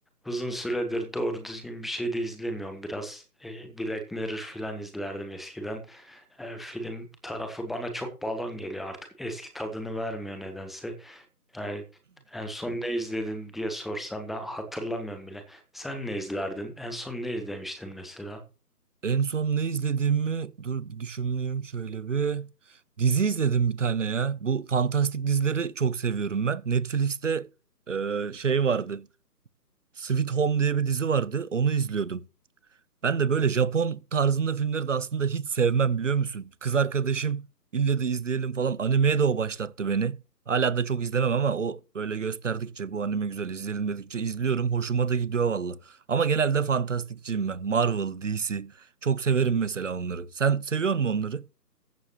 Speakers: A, in the centre; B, on the right (about 50°).
A: uzun süredir doğru düzgün bir şey de izlemiyorum. Biraz e, Black Mirror falan izlerdim eskiden. E, film tarafı bana çok balon geliyor artık. Eski tadını vermiyor nedense. Yani en son ne izledin diye sorsam ben hatırlamıyorum bile. Sen ne izlerdin? En son ne izlemiştin mesela?
B: En son ne izlediğimi dur bir düşüneyim şöyle bir. Dizi izledim bir tane ya. Bu fantastik dizileri çok seviyorum ben. Netflix'te e, şey vardı. Sweet Home diye bir dizi vardı. Onu izliyordum. Ben de böyle Japon tarzında filmleri de aslında hiç sevmem biliyor musun? Kız arkadaşım ille de izleyelim falan animeye de o başlattı beni. Hala da çok izlemem ama o böyle gösterdikçe bu anime güzel izleyelim dedikçe izliyorum. Hoşuma da gidiyor valla. Ama genelde fantastikçiyim ben. Marvel, DC. Çok severim mesela onları. Sen seviyor musun onları? <laughs>